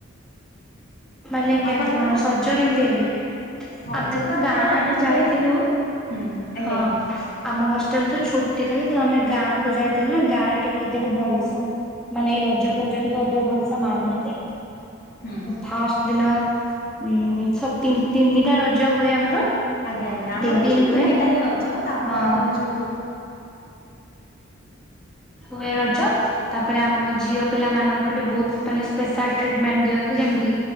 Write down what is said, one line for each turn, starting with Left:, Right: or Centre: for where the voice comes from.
Centre: ମାନେ କେମିତି
Left: ଆପଣଙ୍କର?
Centre: କଣ ସଜ କେମିତି ହେଲେ
Left: ରଜ
Centre: ଆମେ ତ
Left: ଆପଣ
Centre: ଗାଁରେ
Left: ଜାଣିଥିବେ
Centre: ଯାଇଥିଲୁ।
Left: ହୁଁ ଆଜ୍ଞା
Centre: ହଁ।
Left: ଆଜ୍ଞା
Centre: ଆମ ହଷ୍ଟେଲ ତ ଛୁଟି ଥିଲା ତ ଆମେ ଗାଁ କୁ ଯାଇଥିଲୁ ନା ଗାଁ ରେ ଟିକେ ଅଧିକ ଭଲସେ ମାନେ ଏଇ ରଜ ଫଜ ଟିକେ ଅଧିକ ପଇସା ମାଗନ୍ତି।
Left: ହୁଁ।
Centre: ଫାଷ୍ଟ ଦିନ ଉ ତିନିଟା ରଜ ହୁଏ ଆମର।
Left: ଆଜ୍ଞା ଆଜ୍ଞା ଆମର
Centre: ତିନି ଦିନ
Left: ବି ସେ
Centre: ହୁଏ
Left: ତିନିଟା ହିଁ ରଜ ତା
Centre: ହଁ
Left: ପରଦିନ ଯୋଉ
Centre: ହୁଏ ରଜ ତାପରେ ଆମ ଝିଅ ପିଲାମାନାନଙ୍କୁ ଏଠି ବହୁତ ମାନେ ସ୍ପେଶାଲ ଟ୍ରିଟମେଣ୍ଟ ଦିଅନ୍ତି। ଯେମିତି